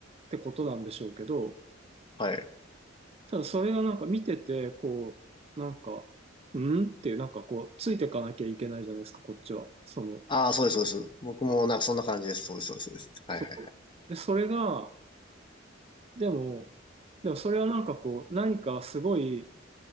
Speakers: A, on the right; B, on the left.
A: てことなんでしょうけど、
B: はい。
A: ただそれがなんか見てて、こう、なんか、うんっていう、なんかこう、ついてかなきゃいけないじゃないですか、こっちは。その、
B: ああ、そうです、そうです。僕もなんかそんな感じです。そうです、そうです、そうです。はいはい。
A: そう。で、それが、でも、でもそれはなんかこう、何かすごい